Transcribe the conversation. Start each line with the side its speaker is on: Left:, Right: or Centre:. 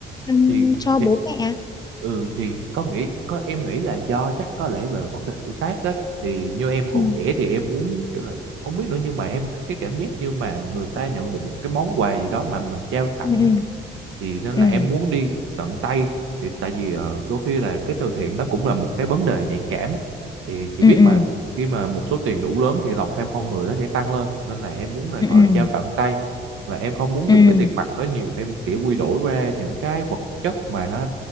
Left: Xong
Right: thì,
Left: cho
Right: thì
Left: bố mẹ
Right: ừ thì có nghĩ có em nghĩ là do chắc có lẽ về vấn đề tuổi tác đấy thì như em còn
Left: ừ
Right: trẻ thì em muốn kiểu là không biết nữa nhưng mà em thích cái cảm giác như mà người ta nhận được một cái món quà gì đó mà mình trao tặng
Left: ừ
Right: á thì nên
Left: ừ
Right: là em muốn đi tận tay thì tại vì ờ, đôi khi là cái từ thiện nó cũng là một cái vấn đề nhạy cảm thì chị
Left: ừ
Right: biết
Left: ừ
Right: mà khi mà một số tiền đủ lớn thì lòng tham con người nó sẽ tăng lên nên là em muốn là
Left: ừ
Right: gọi là trao tận tay và em không muốn
Left: ừ
Right: dùng
Left: ừ
Right: cái tiền mặt đó nhiều em chỉ quy đổi ra những cái vật chất mà nó